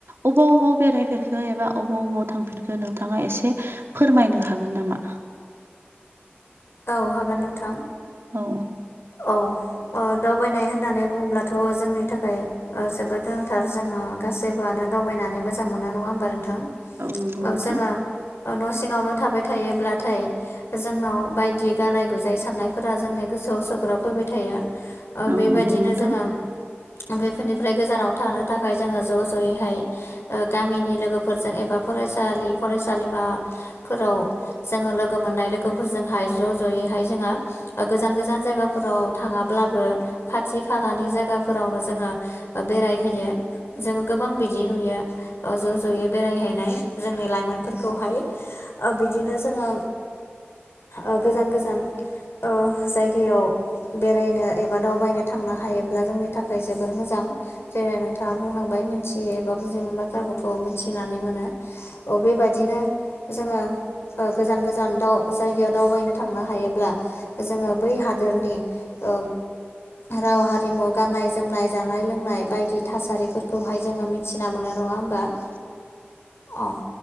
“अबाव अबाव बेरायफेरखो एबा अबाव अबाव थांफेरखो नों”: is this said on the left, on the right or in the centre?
Right